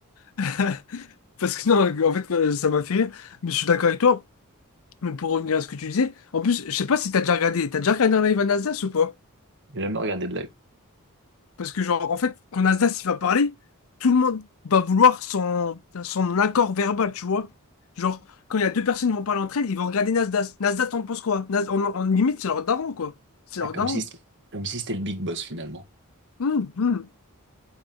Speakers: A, on the left; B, on the right.
A: <laughs> Parce que non, en fait, euh, ça m'a fait rire. Mais je suis d'accord avec toi. Mais pour revenir à ce que tu disais, en plus, je sais pas si t'as déjà regardé. T'as déjà regardé un live à Nasdaq ou pas?
B: J'ai jamais regardé de la,
A: Parce que, genre, en fait, quand Nasdaq il va parler, tout le monde va vouloir son, son accord verbal, tu vois. Genre, quand il y a deux personnes qui vont parler entre elles, ils vont regarder Nasdaq. Nasdaq, t'en penses quoi? Nas- en, en limite, c'est leur daron, quoi. C'est
B: Ah,
A: leur
B: comme
A: daron.
B: si, c'était- comme si c'était le big boss finalement.
A: Hum, hum.